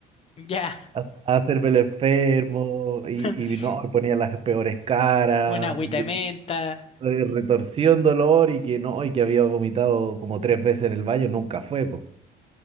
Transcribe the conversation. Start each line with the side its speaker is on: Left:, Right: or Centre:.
Left: Ya.
Right: a, a hacerme el enfermo y,
Left: <laughs>
Right: y no, me ponía las peores caras,
Left: Una agüita
Right: de-
Left: de menta.
Right: de retorsión, dolor y que no, y que había vomitado como tres veces en el baño, nunca fue, po.